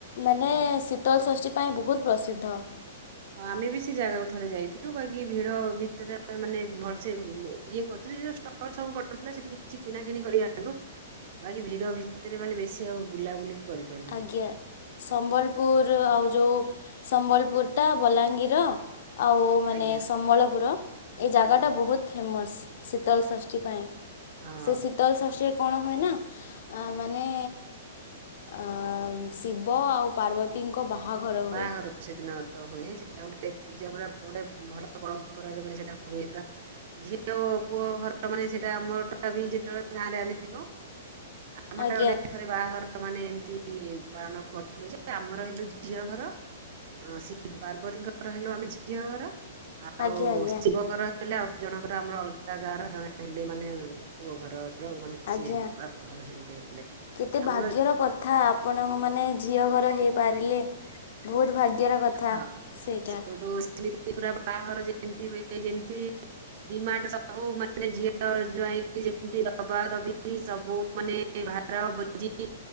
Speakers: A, on the left; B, on the right.
A: ମାନେ
B: ହଁ
A: ଶୀତଲ ସଷଷ୍ଠୀ ପାଇଁ ବହୁତ ପ୍ରସିଦ୍ଧ।
B: ହଁ ଆମେ ବି ସେ ଜାଗାକୁ ଥରେ ଯାଇଥିଲୁ। ବାକି ଭିଡ ଭିତରେ ଆମେ ମାନେ ଭଲସେ ଇଏ କରୁଛୁ। ଯୋଉ ଷ୍ଟଲ ସବୁ ପଡିଥିଲା ସେଠୁ କିଛି କିଣା କିଣି କରି ଆଣିଲୁ। ବାକି ଭିଡ ଭିତରେ ମାନେ ବେଶୀ ଆଉ ବୁଲାବୁଲି କରିପାରିଲୁନୁ
A: ଆଜ୍ଞା ସମ୍ବଲପୁର ଆଉ ଯୋଉ ସମ୍ବଲ ବୋଟା ବଲାଙ୍ଗୀର। ଆଉ ମାନେ
B: ଆଜ୍ଞା
A: ସମ୍ବଳପୁର ଏ ଜାଗାଟା
B: ଆଜ୍ଞା
A: ବହୁତ ଫେମସ୍। ଶୀତଳ ଷଷ୍ଠି ପାଇଁ
B: ହଁ
A: ସେ ଶୀତଳ ଶଷ୍ଟି କଣ ହୁଏ ନା ଆ ମାନେ ଅ ଶିବ ଆଉ ପାର୍ବତୀ ଙ୍କ ବାହାଘର
B: ବାହାଘର
A: ହୁଏ।
B: ସେଦିନ ହୁଏ ସେଟା ଗୋଟେ ପୂଜା ପଡା ଗୋଟେ ଭଲ ପରମ୍ପରାରେ ମାନେ ସେଟା ହୁଏ ପୁରା ଝିଅ ଓ ପୁଅ ଘର ମାନେ ସେଟା ଆମର ଟା ବି ଯେତେବେଳେ ଗାଁରେ ଆମେ ଥିଲୁ ଆମ
A: ଆଜ୍ଞା
B: ଟା ଗୋଟେ ଥରେ ବାହାଘର ମାନେ ଏମିତି ପାଳନ କରିଥିଲୁ ଯେ ଆମର ହେଲୁ ଝିଅ ଘର ସେ ପାର୍ବତୀଙ୍କର ହେଲୁ ଆମେ ଝିଅ ଘର ଆଉ
A: ଆଜ୍ଞା ଆଜ୍ଞା।
B: ଶିବଙ୍କର ହେଲେ ଆଉ ଜଣଙ୍କର ଆମର ଅଲଗା ଗାଁ ର ଜଣେ ହେଲେ ମାନେ ପୁଅ ଘର। ମାନେ
A: ଆଜ୍ଞା
B: ସିଏ ବାପ ସେମିତି ହେଲେ
A: କେତେ
B: ଆମର
A: ଭାଗ୍ୟର କଥା ଆପଣଙ୍କ ମାନେ ଝିଅ ଘର ହେଇ ପାରିଲେ ବହୁତ ଭାଗ୍ୟର କଥା
B: ହଁ
A: ସେଇଟା।
B: ସେଠୁ ସେମିତି ପୁରା ବାହାଘର ଯେମିତି ହୁଏ ଯେମିତି ଡିମାଣ୍ଡ ସବୁ ମାନେ ଝିଅ ଜ୍ୱାଇଁକି ଯେମତି ଦବା ଦବି ସବୁ ମାନେ ଭାର ଭୋଜି